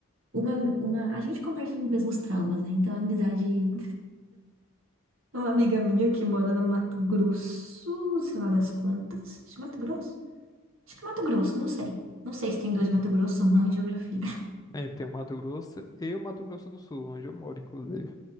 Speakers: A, on the right; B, on the left.
A: Uma, uma, a gente compartilha os mesmos traumas, né? Então, a amizade. Uma amiga minha que mora no Mato Grosso, sei lá das quantas. Acho que é Mato Grosso? Acho que é Mato Grosso, não sei. Não sei se tem dois Mato Grosso, sou ruim em geografia. <laughs>
B: É, tem o Mato Grosso e o Mato Grosso do Sul, onde eu moro, inclusive.